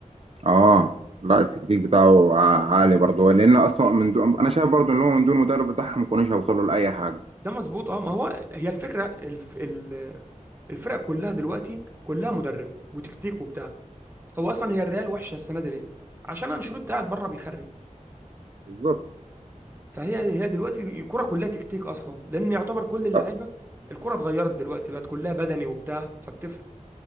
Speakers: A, on the right; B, on the right.
A: اه لا التكتيك بتاعه ع- عالي برضه لان اصلا من دون انا شايف برضه ان هو من دون المدرب بتاعهم ما كانوش هيوصلوا لاي حاجه
B: ده مظبوط اه ما هو هي الفكرة الف... ال... الفرق كلها دلوقتي كلها مدرب وتكتيك وبتاع هو اصلا هي الريال وحشه السنه دي ليه عشان انشيلوتي قاعد بره بيخرب
A: بالظبط
B: فهي هي دلوقتي الكره كلها تكتيك اصلا لان يعتبر كل اللعيبه
A: طب،
B: الكره اتغيرت دلوقتي بقت كلها بدني وبتاع فبتفرق